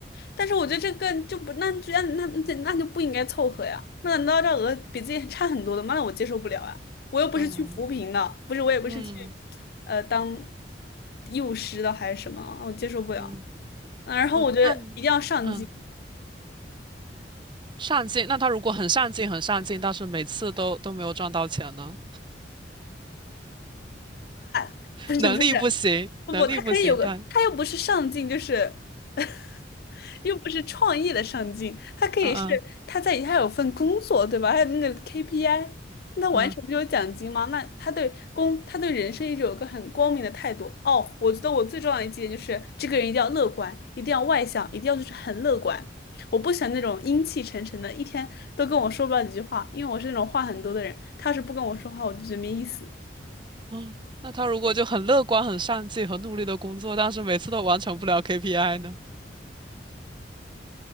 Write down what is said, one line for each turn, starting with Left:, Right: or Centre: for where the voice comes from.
Left: 但是我觉得这个就不，那就那那那那就不应该凑合呀。那难道这额比自己差很多的吗？那我接受不了啊！我又不是去扶贫的，
Right: 嗯
Left: 不是我也不是去
Right: 嗯
Left: 呃当幼师的还是什么，我接受不了。
Right: 嗯
Left: 嗯，然后我觉得一定要上进，
Right: 嗯，那你嗯上进，那他如果很上进很上进，但是每次都都没有赚到钱呢？
Left: <laughs> 不是不是，
Right: 能力不行，
Left: 不不，
Right: 能力不行，
Left: 他可以有个，
Right: 对，
Left: 他又不是上进，就是 <laughs> 又不是创业的上进，他可以是他在他有份工作，
Right: 嗯嗯
Left: 对吧？还有那个 KPI，那他完全不就有奖金吗？
Right: 嗯
Left: 那他对工，他对人生一直有个很光明的态度。哦，我觉得我最重要的一点就是这个人一定要乐观，一定要外向，一定要就是很乐观。我不喜欢那种阴气沉沉的，一天都跟我说不了几句话，因为我是那种话很多的人，他要是不跟我说话，我就觉得没意思。
Right: 嗯，那他如果就很乐观很上进很努力的工作，但是每次都完成不了 KPI 呢？